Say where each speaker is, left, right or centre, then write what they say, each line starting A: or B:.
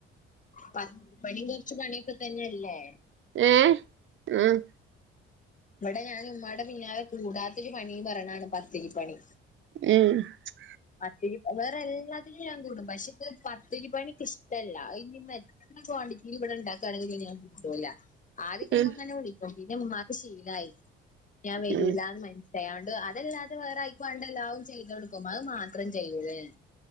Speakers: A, on the left; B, on the right.
A: പ പണി കൊറച്ച് പണിയൊക്കെ തന്നെയല്ലേ
B: ഏഹ് ഉം
A: ഇവടെ ഞാൻ ഇമ്മാടെ പിന്നാലെ കൂടാത്തൊരു പണി പറയണാണ് പത്തിരി പ്പണി
B: <unintelligible>
A: പത്തിരിപ്പണി വേറെ എല്ലാത്തിനും ഞാൻ കൂടും പക്ഷേ ഇത് പത്തിരിപണി ഇക്കി ഇഷ്ടല്ല. അത് ഇനി അത്ര കോണ്ടിറ്റീല് ഇവിടെ ഇണ്ടാക്കണെങ്കിൽ <unintelligible> ഞാൻ കൂട്ടുല്ല ആദ്യക്കെ
B: ഉം
A: ഇമ്മ ഇങ്ങനെ വിളിക്കും പിന്നെ ഇമ്മാക്ക് ശീലായി ഞാൻ വരൂലാന്ന്
B: ഉം
A: മന ചെയാണ്ട് അതല്ലാതെ വേറെ അയിക് വേണ്ട എല്ലാവും ചെയ്ത് കൊടുക്കും അത് മാത്രം ചെയ്യുല്ല ഞാൻ